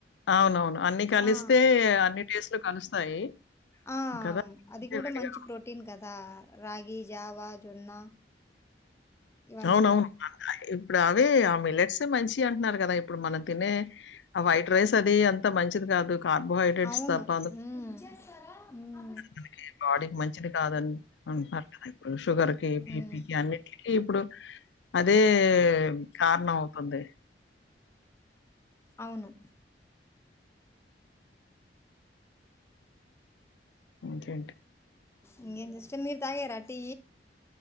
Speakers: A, on the left; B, on the left.
A: అవునవును అన్ని కలిస్తే
B: ఆ
A: అన్ని టేస్ట్లు కలుస్తాయి.
B: ఆ
A: కదా!
B: అదికూడా
A: అంటే విడిగా
B: మంచి ప్రోటీన్ కదా రాగి జావా వున్న ఇవన్నీ
A: అవునవును.
B: కూడా
A: ఇప్పుడు అవే ఆ మిల్లెట్సు మంచియి అంట్నారు కదా ఇప్పుడు మనం తినే, ఆ వైట్ రైస్ అది అంత మంచిది కాదు. కార్బోహైడ్రేట్స్
B: ఔను
A: తప్ప
B: హు హు
A: తనికి బాడీకి మంచిది కాదన్ అన్ అంటలిప్పుడు షుగర్ కి, బిపీకి
B: మ్మ్.
A: అన్నిటి కి ఇప్పుడు అదే కారణమవుతుంది
B: అవును
A: ఒకే
B: ఇంకేం చే మీరు తాగరా టీ